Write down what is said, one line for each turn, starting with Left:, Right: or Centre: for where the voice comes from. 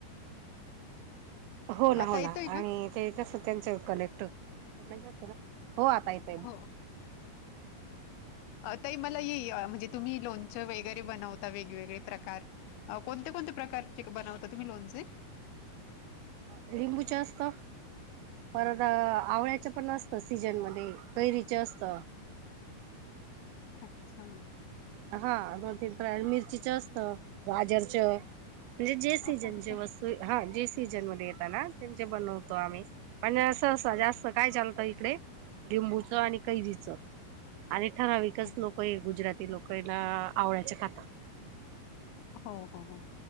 Right: हो ना
Left: आता
Right: हो ना
Left: येतोय
Right: आणि ते कसं त्याचं कलेक्ट तिकडणं जास्त ना, हो आहे.
Left: हो हो. ताई मला ये म्हणजे तुम्ही लोणचं वगैरे बनवता वेगवेगळे प्रकार. आव कोणतेकोणते प्रकारचे बनवता, तुम्ही लोणचे.
Right: अ लिंबूचे असतं. परत आवळ्याचं पण असतं सीजनमध्ये, कैरीच असत.
Left: अच्छा.
Right: हा दोन तीन प्रकार मिरचीच असतं, गाजरच म्हणजे जे सीजनचे
Left: हो
Right: हा जे सीझनमध्येध् येत ना त्यांचे बनवतो आम्ही. आणि असं-असं जास्त काय चालतं इकडे लिंबूचं आणि कैरीच. आणि ठराविकच
Left: का
Right: लोक हे गुजराती लोक यना आवळ्याच खातात.
Left: हो- हो.